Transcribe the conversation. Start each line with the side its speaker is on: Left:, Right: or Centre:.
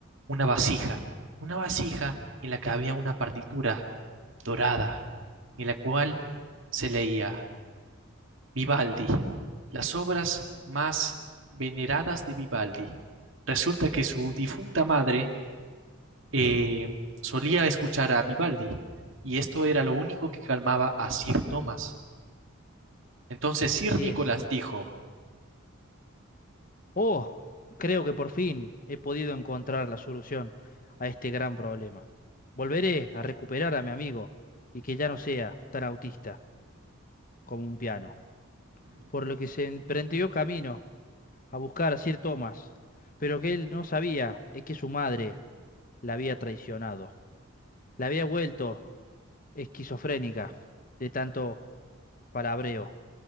Right: una vasija, una vasija en la que había una partitura dorada, en la cual se leía Vivaldi, las obras más veneradas de Vivaldi. Resulta que su difunta madre eh, solía escuchar a Vivaldi y esto era lo único que calmaba a Sir Thomas. Entonces Sir
Left: sí
Right: Nicolás
Left: es.
Right: dijo,
Left: Oh, creo que por fin he podido encontrar la solución a este gran problema. Volveré a recuperar a mi amigo y que ya no sea tan autista como un piano. Por lo que se emprendió camino a buscar a Sir Thomas, pero que él no sabía es que su madre la había traicionado, la había vuelto esquizofrénica de tanto palabreo